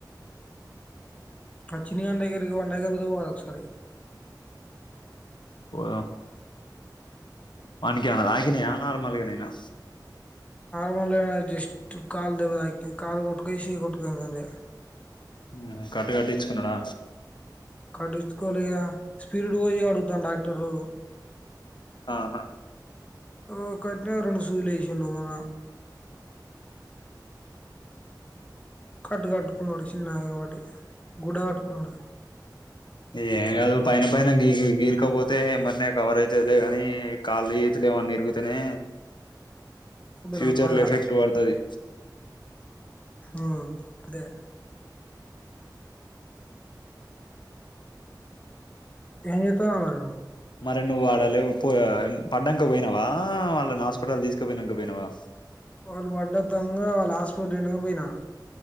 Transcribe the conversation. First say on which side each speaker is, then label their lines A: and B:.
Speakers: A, on the left; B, on the left.
A: ఆ చిన్ని గాని దగ్గరకి వాన్ దగ్గరక్ నువ్ వాళ ఒకసారి
B: పొదం వానికి ఏమన్న తాకినయ నార్మల్గా నేనా
A: హ్మ్ లేదన్న జస్ట్ కాల్ దెబ తాకింది కాలు కోట్కేసి ఇది కొట్టుకంతంద
B: మ్మ్ కట్టు కట్టించుకున్నాడా
A: కట్టిచుకోలేద్ అన్న స్పీడ్ పోయిర అడుగుతాండ్ డాక్టరు
B: ఆహా
A: ఒకటో రొండు సూదులు ఎషిర్రు మళ్ళ కట్టు కట్టుకున్నాడు చిన్నగా వాటి గుడ కటుకున్నాడు
B: ఏం కాదు పైన పైన గీ గీ గీర్కపోతే మరినా కవర్ అయితులే కాని కాళ్ళు చేతులు ఏమని ఇరుగుతేనే
A: పొద్దున
B: ఫ్యూచర్ల
A: బాగా
B: ఎఫెక్ట్ వడుతుది
A: ఉ అంటే ఏం జేత్తవ్ అవ్వ నువ్వు
B: మరి నువ్వు ఆడా లెవ్ పో పడ్డంక పోయినావా వాళ్ళని హాస్పిటల్ తీసుకపోయినంక పోయినావా
A: వాళ్ళు పడ్డ దంగా వాళ్ళు హాస్పిటల్ పోయినాక పోయిన